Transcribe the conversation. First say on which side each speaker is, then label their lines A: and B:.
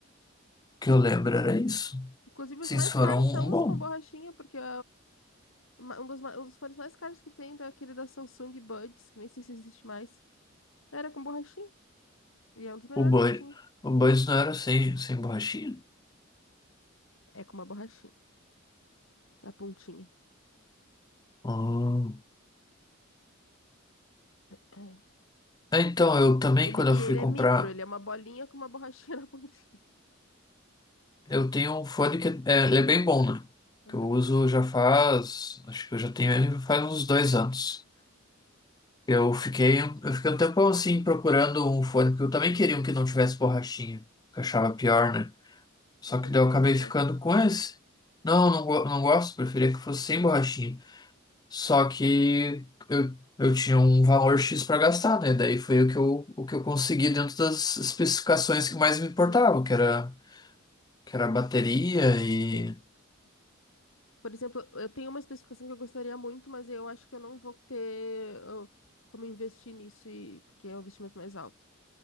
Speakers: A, on the left (about 20°); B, on the left (about 80°).
A: que eu lembro era isso.
B: Inclusive, os
A: Sim,
B: mais
A: se for
B: caros
A: um,
B: são
A: um
B: os
A: bom.
B: com borrachinha, porque é uma- um dos, ma- um dos fones mais caros que tem é aquele da Samsung Buds, que nem sei se existe mais. Era com borrachinha. E é um dos melhores
A: O Bud,
B: que tinha.
A: o Buds não era sem, sem borrachinha?
B: É com uma borrachinha. Na pontinha.
A: Ah.
B: É.
A: É, Então, eu também,
B: Ele,
A: quando
B: e
A: eu fui
B: ele é
A: comprar,
B: micro, ele é uma bolinha com uma borrachinha <laughs> na pontinha.
A: eu tenho um fone que é, ele é bem bom, né?
B: Aham.
A: Que eu uso já faz, acho que eu já tenho ele faz uns dois anos. Eu fiquei, eu fiquei um tempão assim procurando um fone, porque eu também queria um que não tivesse borrachinha, que
B: Ah,
A: eu achava pior, né? Só
B: achei
A: que
B: que
A: daí
B: tu
A: eu acabei
B: gostava.
A: ficando com esse. Não, não, go- não gosto, preferia que fosse sem borrachinha. Só que eu, eu tinha um valor X para gastar, né? Daí foi o que eu, o que eu consegui dentro das especificações que mais me importavam,
B: Hum.
A: que era, que era a bateria e.
B: Sim. Por exemplo, eu tenho uma especificação que eu gostaria muito, mas eu acho que eu não vou ter eu, como investir nisso, e, porque é um investimento mais alto.